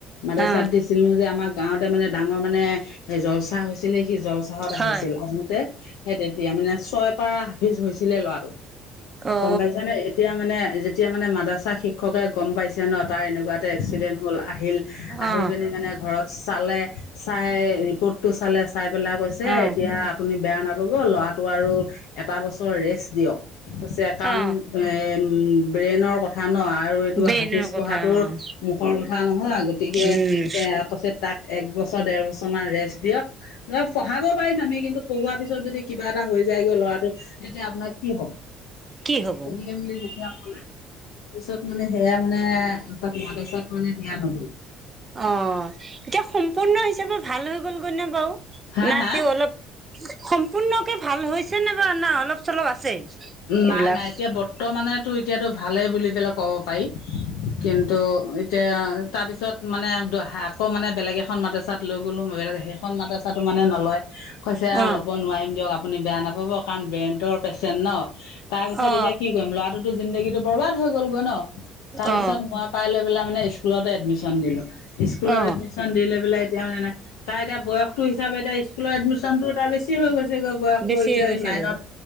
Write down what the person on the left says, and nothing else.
মাদ্ৰ
চাত দিছিলো যে আমাক- গাওঁতে মানে ডাঙৰ মানে জল চাহ হৈছিলে সি জল চাহত আহিছিল
আহোতে। সেই তেতিয়া মানে ছয় পৰা হাফিজ হৈছিলে ল'ৰাটো
গম পাইছানে। এতিয়া মানে- এতিয়া মানে মাদ্ৰা শিক্ষকে গম পাইছে ন' তাৰ এনেকুৱা এটা এক্সিডেণ্ট হ'ল। আহিল আহি
পিনি মানে ঘৰত চালে চাই ৰিপৰ্টটো চালে। চাই পেলাই কৈছে
এতিয়া আপুনি বেয়া নাপাব ল'ৰাটোক আৰু এটা বছৰ ৰেষ্ট দিয়ক। কৈছে কাৰণ
এ' ব্ৰেইনৰ কথা ন'। অঁ আৰু এইটো
হাফিজ
পঢ়াৰ
মুখৰ কথা নহয় গতিকে
এ' কৈছে তাক- এক বছৰ, ডেৰ বছৰ মান ৰেষ্ট দিয়ক নহয় পঢ়াব পাৰিম আমি কিন্তু পঢ়োৱাৰ পিছত- যদি কিবা এটা হৈ যায় গৈ ল'ৰাটো তেতিয়া আপোনাৰ কি হ'ব।
কেনেকৈ মিলি যেতিয়া- <unintelligible> তাৰপিছত মানে সেয়া মানে তাক মাদ্ৰছাত মানে দিয়া নগল।
হা
হা
নাই নাই এতিয়া বৰ্তমানটো এতিয়াতো ভালেই বুলি পেলাই ক'ব পাৰি। কিন্তু এতিয়া তাৰপিছত- মানে আকৌ মানে বেলেগ এখন মাদ্ৰছাত লৈ গ'লো সেইখন মাদ্ৰছাতো মানে নলয়। কৈছে
ল'ব নোৱাৰিম দিয়ক আপুনি বেয়া নাপাব কাৰণ ব্ৰেনটৰ পেচেণ্ট ন'। তাৰ পিছত
এতিয়া কি কৰিম লৰাটো জিন্দাগীটো বৰবাদ হৈ গলগৈ ন'। তাৰ পিছত
মই পাই লৈ পেলাই মানে স্কুলতে এডমিশ্যন দিলো। স্কুলত
এডমিশ্যন দি পেলাই- এতিয়া মানে তাই এতিয়া বয়সটো হিচাপে এতিয়া স্কুলৰ এডমিশ্যন টো এতিয়া বেছি হৈ গৈছে। বয়সটো
এতিয়া
নাইনত